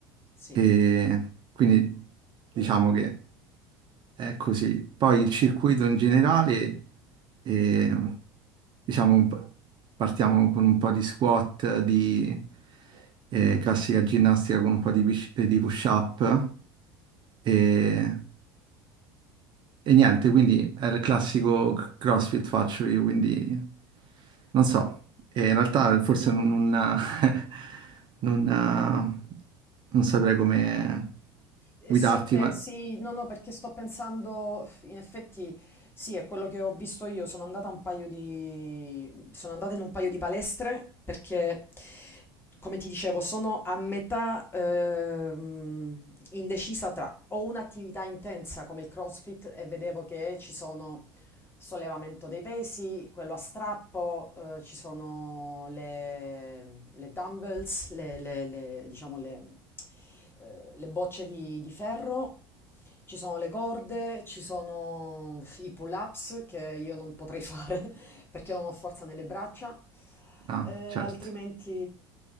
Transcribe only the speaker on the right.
E quindi diciamo che è così. Poi il circuito in generale, eh, diciamo, un po- partiamo con un po' di squat, di eh, classica ginnastica con un po' di, push- eh, di push-up. E e niente, quindi è il classico c- CrossFit faccio io, quindi non so. E in realtà forse non, non, <laughs> non- non saprei come
guidarti,
ma...
No,
certo.